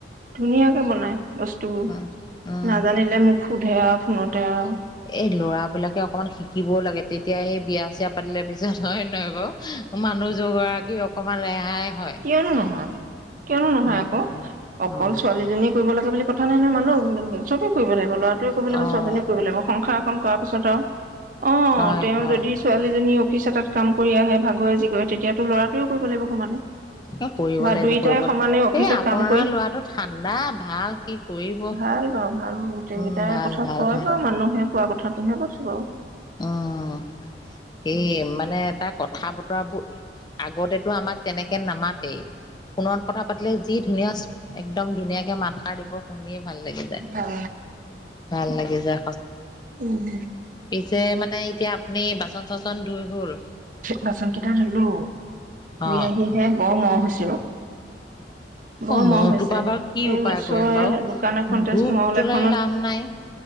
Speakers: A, on the right; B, on the left.
A: ধুনীয়াকে বনাই বস্তুবোৰ
B: উম, উম।
A: নাজানিলে মোক সোধে আও ফোনতে আও
B: এই ল'ৰা বিলাকে অকনমান শিকিবও লাগে তেতিয়া সেই বিয়া চিয়া পাতিলে পিছত হয় নহয় বাৰু? মানুহ গৰাকী অকমান ৰেহাই হয়।
A: কিয়নো নহয়, কিয়নো নহয়
B: উম,
A: আকৌ
B: উম,
A: অকল
B: উম,
A: ছোৱালীজনীয়ে কৰিব লাগে বুলি কথা নাই নহয়, মানুহ চবেই কৰিব লাগিব ল'ৰাটোৱে কৰিব লাগিব,
B: অ',
A: ছোৱালীজনী কৰিব লাগিব, সংসাৰ এখন কৰ পিছত আৰু অ',
B: হয়,
A: তেওঁ
B: হয়।
A: যদি ছোৱালীজনী অফিচ এটাত কাম কৰি আহে, ভাগৰে যি কৰে তেতিয়াতো ল'ৰাটোৱে কৰিব লাগিব সমানে।
B: এ কৰিব
A: বা
B: লাগিব
A: দুইটাই
B: কৰিব
A: সমানে
B: লাগিব
A: অফিচত
B: এই আপোনাৰ
A: কাম কৰি
B: লৰাটো ঠাণ্ডা ভাল সি কৰিব
A: ভাল বাৰু ভাল গোটেইকেইটাৰ
B: উম ভাল
A: কথা
B: ভাল
A: কয়
B: ভাল
A: বাৰু মানুহে কোৱা কথাটোহে কৈছো বাৰু।
B: উম স মানে তাৰ কথা ব তোমাক আগতেতো আমাক তেনেকে নামাতেই ফোণত কথা পাতিলে যি ধুনীয়া একদম ধুনীয়াকৈ মাত সাৰ দিব শুনি ভাল লাগি যায়,
A: ভাল
B: ভাল লাগি যা।
A: উ হ।
B: পিছে মানে এতিয়া আপুনি বাচন চাচন ধুই হ'ল?
A: বাচন কেইটা ধুলো, ধুই
B: অ
A: আহিহে বৰ মহ হৈছে অ'।
B: <inaudible>
A: বৰ
B: অ', মহখোপা
A: মহ হৈছে
B: বাৰু কি
A: এই
B: উপায়
A: ওচৰৰে
B: কৰিম বাৰু?
A: দোকান এখনতে
B: ধূপ
A: মল
B: জ্বলাই
A: এখনত
B: লাভ নাই।